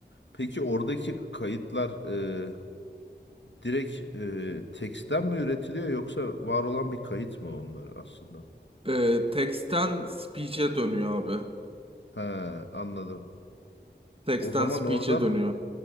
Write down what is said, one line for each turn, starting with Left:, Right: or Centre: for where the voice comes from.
Left: Peki oradaki kayıtlar ee, direkt ee, teksten mi üretiliyor yoksa var olan bir kayıt mı onlar aslında?
Right: E, text'ten speech'e dönüyor abi.
Left: He, anladım.
Right: Text'ten
Left: O zaman
Right: speech'e
Left: orada
Right: dönüyor.